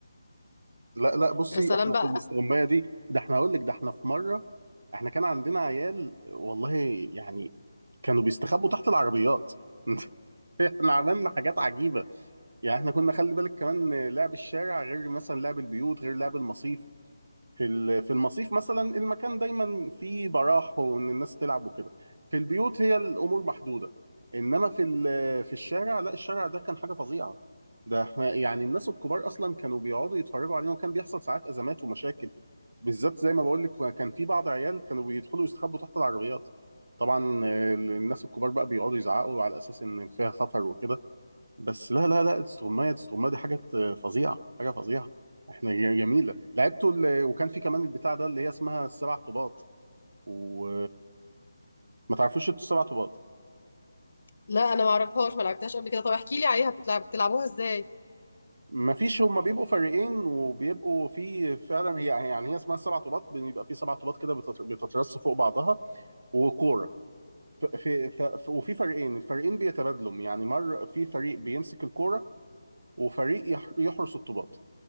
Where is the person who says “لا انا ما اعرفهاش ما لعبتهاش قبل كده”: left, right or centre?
Left